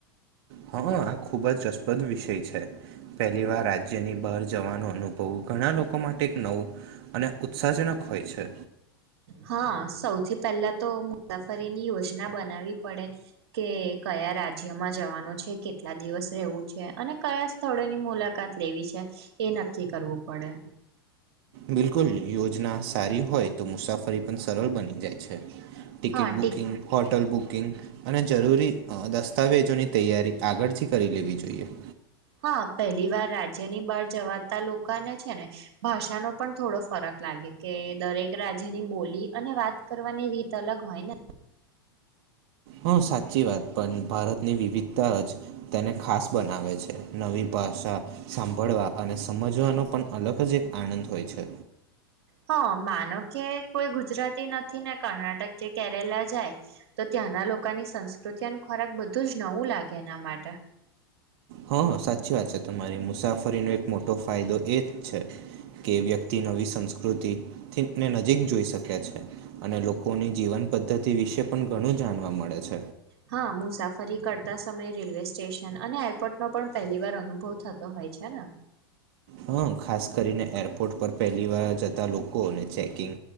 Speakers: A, on the right; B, on the right.
A: હા આ ખૂબ જ રસપ્રદ વિષય છે પહેલી વાર રાજ્યની બહાર જવાનો અનુભવ ઘણા લોકો માટે એક નવું અને ઉત્સાહજનક હોય છે
B: હા સૌથી પહેલા તો મોટા પરી ની યોજના બનાવી પડે કે કયા રાજ્યમાં જવાનું છે કેટલા દિવસ રહેવું છે અને કયા સ્થળોની મુલાકાત લેવી છે એ નક્કી કરવું પડે
A: બિલકુલ યોજના સારી હોય તો મુસાફરી પણ સરળ બની જાય છે ticket
B: હા tick
A: booking hotel book અને જરૂરી દસ્તાવેજોની તૈયારી આગળથી કરી લેવી જોઈએ
B: હા પહેલી વાર રાજ્યની બહાર જવાતા લોકોને છે ને ભાષાનો પણ થોડો ફરક લાગે કે દરેક રાજ્યની બોલી અને વાત કરવાની રીત અલગ હોય ને
A: હા સાચી વાત પણ ભારતની વિવિધતા જ તેને ખાસ બનાવે છે નવી ભાષા સાંભળવા અને સમજવાનો પણ અલગ જ એક આનંદ હોય છે
B: હા માનો કે કોઈ ગુજરાતી નથી ને કર્ણાટક કે કેરેલા જાય તો ત્યાંના લોકોની સંસ્કૃતિનું ખોરાક બધું જ નવું લાગે એના માટે
A: હા સાચી વાત છે તમારી મુસાફરીનો એક મોટો ફાયદો એ જ છે કે વ્યક્તિ નવી સંસ્કૃતિને નજીક જોઈ શકે છે અને લોકોની જીવન પદ્ધતિ વિશે પણ ઘણું જાણવા મળે છે
B: હા મુસાફરી કરતા સમયે રેલવે સ્ટેશન અને એરપોર્ટનો પણ પહેલી વાર અનુભવ થતો હોય છે ને
A: હ ખાસ કરીને એરપોર્ટ પર પહેલી વાર જતા લોકોને ચેકિંગ